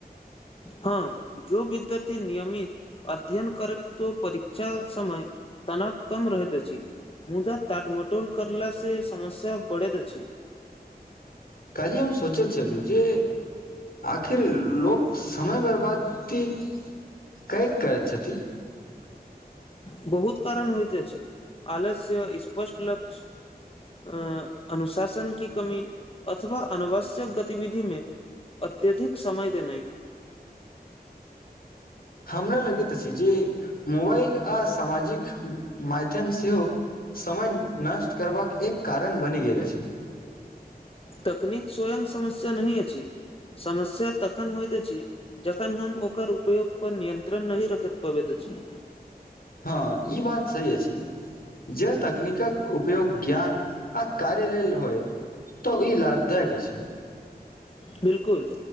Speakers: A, on the left (about 35°); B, on the left (about 65°).
A: हँ जो विद्यथी नियमित अध्ययन करैत तो परीक्षा समय तनाव कम रहैत अछि मुदा ताटमटोल करला से समस्या बढ़ैत अछि।
B: कल्हि हम सोचैत छलू जे आखिर लोक समय बर्बादति कय करत छथि
A: बहुत कारण होइत अछि आलस्य स्पष्ट लक्ष्य अ अनुशासन की कमी अथवा अनावश्यक गतिविधि मे अत्यधिक समय देनाइ
B: हमरा लगैत अछि जे मोबाइल आ सामाजिक माध्यम सेहो समय नष्ट करबाक एक कारण बनि गेल अछि।
A: तकनीक स्वयं समस्या नहि अछि समस्या तखन होइत अछि। जखन हम ओकर उपयोग पर नियंत्रण नहि रखत पबैत अछि।
B: हँ ई बात सही अछि। जे तकनीकक उपयोग ज्ञान आ कार्य लेल होय। तऽ ई लाभदायक अछि।
A: बिल्कुल